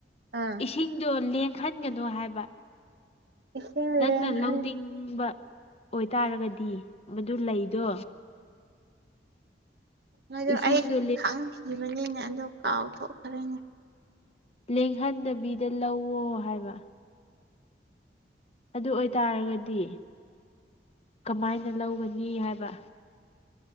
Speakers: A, on the right; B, on the left.
A: ꯑ
B: ꯁꯤꯡꯗꯣ ꯂꯦꯡꯍꯟꯒꯅꯨ ꯍꯥꯏꯕ
A: ꯏꯁꯤꯡ
B: ꯅꯪꯅ
A: ꯂꯦꯡꯍꯟ
B: ꯂꯧꯅꯤꯡꯕ ꯑꯣꯏꯇꯥꯔꯒꯗꯤ ꯃꯗꯨ ꯂꯩꯗꯣ
A: ꯃꯗꯨ
B: ꯏꯁꯤꯡꯗꯣ
A: ꯑꯩ ꯈꯪꯈꯤꯕꯅꯤꯅꯦ ꯑꯗꯨ ꯀꯥꯎꯊꯣꯛꯈ꯭ꯔꯦꯅꯦ
B: ꯂꯦꯡꯍꯟꯗꯕꯤꯗ ꯂꯧꯋꯣ ꯍꯥꯏꯕ ꯑꯗꯨ ꯑꯣꯏꯇꯥꯔꯒꯗꯤ ꯀꯃꯥꯏꯅ ꯂꯧꯒꯅꯤ ꯍꯥꯏꯕ